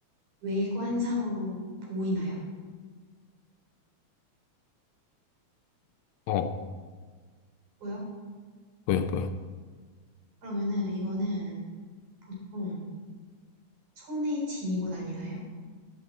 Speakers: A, on the right (about 75°); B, on the left (about 75°).
A: 외관상으로 보이나요?
B: 어,
A: 보여?
B: 보여, 보여.
A: 그러면은 이거는 보통 손에 지니고 다니나요?